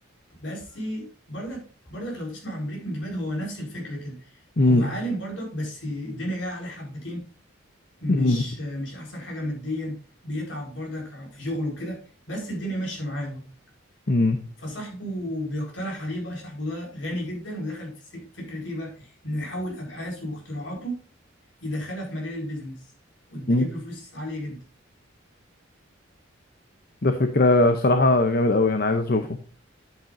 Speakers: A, on the left; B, on the left.
A: بس برضك برضك لو تسمع عن بريكنج باد هو نفس الفكره كده
B: امم
A: هو عالم برضك بس الدنيا جايه عليه حبتين مش
B: امم
A: آه، مش احسن حاجه ماديا بيتعب برضك ع- في شغله وكده بس الدنيا ماشيه معاه برضه
B: مم.
A: فصاحبه بيقترح عليه بقى صاحبه ده غني جدا ودخل في سك- فكره ايه بقى انه يحول ابحاثه واختراعاته يدخلها في مجال البيزنس وتجيب
B: امم
A: له فلوس عالية جدا
B: ده فكرة صراحة جامد أوي أنا عايز أشوفه